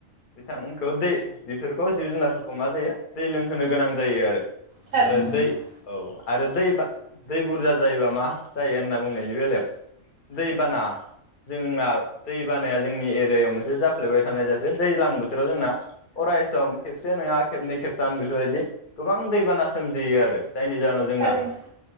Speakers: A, on the left (about 55°); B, on the right (about 45°).
A: बिथांमोनखौ दै बेफोरखौ जिब जुनारफोरखौ मा जायो दै लोंहोनो गोनां जायो आरो
B: थारैनो
A: आरो दै
B: नोंथां
A: औ आरो दै बा दै बुरजा जायोबा मा जायो होनना बुंनायनि बेलायाव दै बाना जोंना दैबानाया जोंनि एरियायाव मोनसे जाफ्लेबाय थानाय जासे दैज्लां बोथोराव जोंना अरायसम खेबसे नङा खेबनै खेबथाम बेफोरबायदि गोबां दैबाना सोमजियो आरो जायनि जाहोनाव जोंना
B: थारैनो